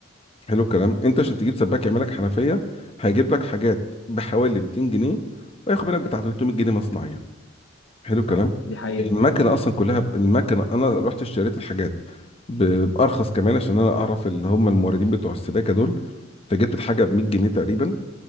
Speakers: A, on the left; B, on the left.
A: حلو الكلام انت عشان تجيب سباك يعمل
B: مم.
A: لك حنفيه هيجيب لك حاجات بحوالي 200 جنيه وياخد منك بتاع 300 جنيه مصنعيه حلو الكلام
B: صح دي حقيقة
A: المكنه اصلا كلها ب... المكنه انا رحت اشتريت الحاجات ب... بارخص كمان عشان انا اعرف اللي هم الموردين بتوع السباكه دول فجبت الحاجه ب 100 جنيه تقريبا